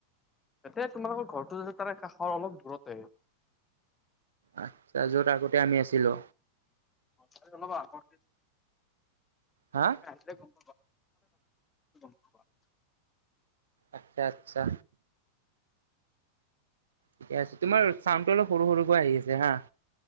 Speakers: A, on the left (about 15°); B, on the right (about 65°).
A: তাতে তোমালোকৰ ঘৰটো যতে তাৰে কাষৰ অলপ দূৰতে আহে
B: আচ্ছা যত আগতে আমি আছিলো।
A: ত অলপ আগত
B: হা
A: আহিলে গম পাবা <unintelligible>
B: আচ্ছা আচ্ছা। ঠিকে আছে তোমাৰ চাউনটো অলপ সৰু সৰু। আহি আছে হা।